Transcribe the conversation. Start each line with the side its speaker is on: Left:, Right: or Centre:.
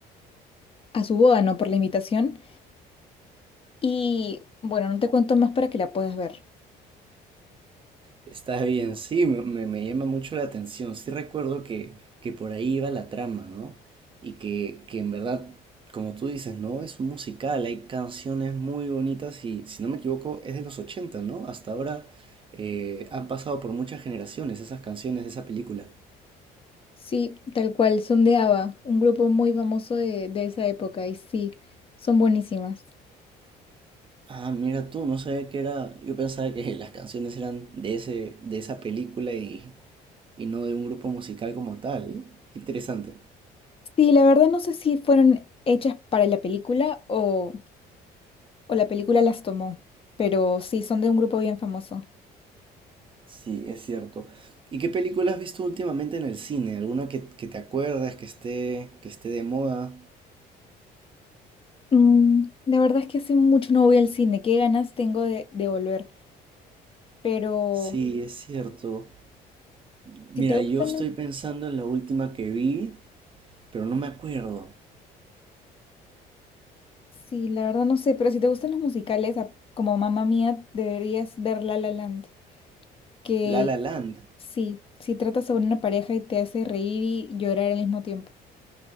Left: a su boda, no por la invitación. Y bueno, no te cuento más para que la puedas ver.
Right: Está bien, sí, me, me- me llama mucho la atención. Sí recuerdo que, que por ahí iba la trama, ¿no? Y que, que en verdad, como tú dices, ¿no? Es un musical, hay canciones muy bonitas y, si no me equivoco, es de los 80, ¿no? Hasta ahora eh, han pasado por muchas generaciones esas canciones de esa película.
Left: Sí, tal cual, son de ABBA, un grupo muy famoso de, de esa época, y sí, son buenísimas.
Right: Ah, mira tú, no sabía que era... Yo pensaba que <laughs> las canciones eran de ese, de esa película y, y no de un grupo musical como tal. Qué interesante.
Left: Sí, la verdad no sé si fueron hechas para la película o, o la película las tomó, pero sí, son de un grupo bien famoso.
Right: Sí, es cierto. ¿Y qué película has visto últimamente en el cine? ¿Alguna que, que te acuerdas que esté, que esté de moda?
Left: Mm, la verdad es que hace mucho no voy al cine, qué ganas tengo de, de volver, pero
Right: Sí, es cierto. Mira,
Left: si te gustan...
Right: yo estoy
Left: los-
Right: pensando en la última que vi, pero no me acuerdo.
Left: Sí, la verdad no sé, pero si te gustan los musicales, a- como Mamá Mía, deberías ver La La Land, que
Right: La La Land.
Left: sí, sí trata sobre una pareja y te hace reír y llorar al mismo tiempo.